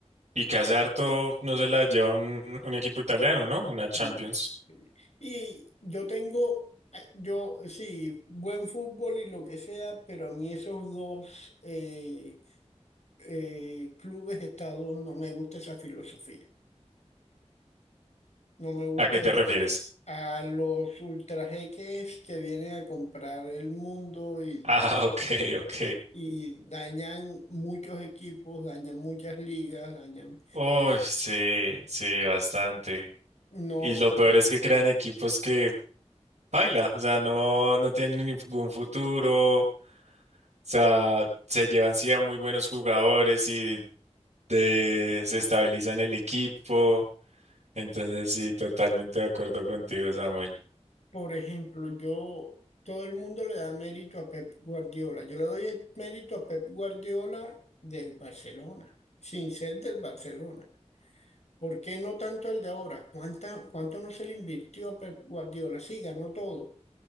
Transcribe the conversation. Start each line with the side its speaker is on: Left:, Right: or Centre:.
Right: Y que hace harto no se la lleva un, un equipo italiano, ¿no? Una Champions.
Left: No. Y yo tengo, eh, yo sí, buen fútbol y lo que sea, pero a mí esos dos eh, eh, clubes estados no me gusta esa filosofía. No me gusta
Right: ¿A qué te
Left: es-
Right: refieres?
Left: a los ultrajeques que vienen a comprar el mundo y,
Right: Ah, <laughs> ok, ok.
Left: y dañan muchos equipos, dañan muchas ligas, dañan...
Right: Oh, sí, sí, bastante.
Left: No.
Right: Y lo peor es que crean equipos que baila, o sea, no, no tienen ningún futuro, o sea, se llevan sí a muy buenos jugadores y de, se estabilizan el equipo. Entonces, sí, totalmente de acuerdo contigo, Samuel.
Left: Por ejemplo, yo, todo el mundo le da mérito a Pep Guardiola. Yo le doy el mérito a Pep Guardiola del Barcelona, sin ser del Barcelona. ¿Por qué no tanto el de ahora? ¿Cuánta, cuánto no se le invirtió a Pep Guardiola? Sí, ganó todo.